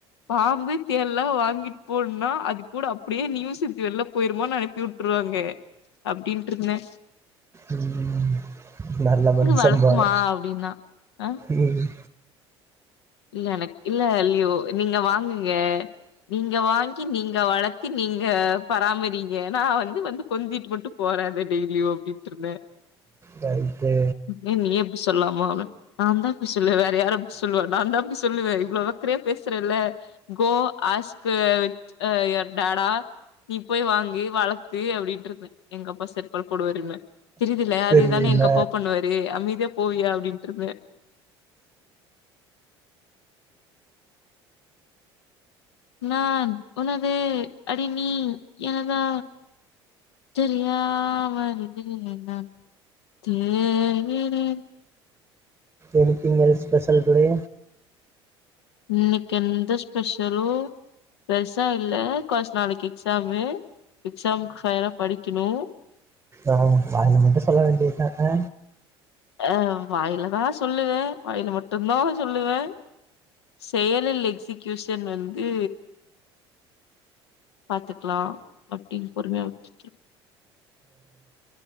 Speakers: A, on the left; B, on the right.
A: பாம்பு தேள்லா வாங்கிட்டு போன்னா அது கூட அப்டியே நீயும் சேத்து வெள்ல போயிருமானு அனுப்பி வுட்ருவாங்க அப்டின்ருந்தே
B: ம் நல்ல மனுசம்பானு
A: வளர்த்துமா அப்டின்னா. ஆ
B: ம்
A: இல்ல எனக்கில்ல லியோ நீங்க வாங்குங்க நீங்க வாங்கி நீங்க வளத்தி நீங்க பராமறீங்க நா வந்து வந்து கொஞ்சிட்டு மட்டு போற அத டெய்லியு அப்டின்ட்ருந்தே
B: ரைட்டு
A: ஏ நீயே இப்டி சொல்லாம நாந்தா அப்டி சொல்வே வேற யாரு அப்டி சொல்வா நாந்தா அப்டி சொல்லுவே இவ்ளவ் அக்கறையா பேசுறல கோ ஆஸ்கு வித் அ எ டாடா நீ போய் வாங்கி வளத்து அப்டின்ட்ருந்தே எங்க அப்பா செப்பல் போடுவாருன்னே தெரியுதுல
B: தெரியல
A: அதேதானே எங்க அப்பாவு பண்ணுவாரு அமைதியா போவியா அப்டின்ட்ருந்தே நான் உனது அடி நீ எனதா தெரியாமலே நான் தேய்கிறேன்
B: எனிதிங் எல்ஸ் ஸ்பெஷல் டுடே
A: இன்னைக்கு எந்த ஸ்பெஷலு பெருசா இல்ல காஸ் நாளைக்கு எக்ஸாமு எக்ஸாமுக்கு ஃபைரா படிக்கணு
B: அ வாயில மட்டு சொல்ல வேண்டியதா அ
A: ஆ வாயில தா சொல்லுவே வாயில மட்டும்தா சொல்லுவே செயலில் எக்ஸிகியூஷன் வந்து பாத்துக்லா அப்டின் பொறுமையா விட்டுட்டு